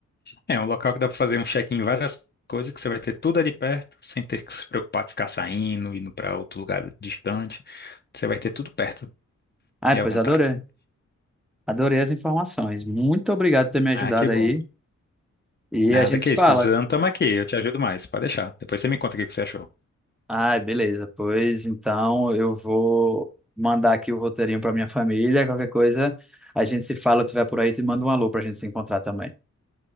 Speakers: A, on the left; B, in the centre.
A: é um local que dá pra fazer um check-in em várias coisas, que você vai ter tudo ali perto, sem ter que se preocupar de ficar saindo, indo pra outro lugar distante. Você vai ter tudo perto
B: Ai,
A: e à
B: pois
A: vontade.
B: adorei. Adorei as informações. Muito obrigado por ter me ajudado
A: Ah, que bom.
B: aí. E
A: Nada
B: a gente
A: que
B: se fala.
A: isso, precisando, tamo aqui, eu te ajudo mais, pode deixar. Depois você me conta o que que você achou.
B: Ah, beleza. Pois então eu vou mandar aqui o roteirinho para minha família. Qualquer coisa, a gente se fala. Eu estiver por aí, te manda um alô para a gente se encontrar também.